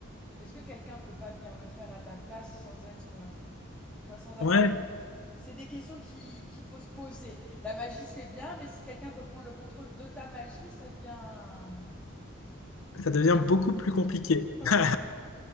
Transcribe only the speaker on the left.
Ouais,
ça devient beaucoup plus compliqué.
<laughs>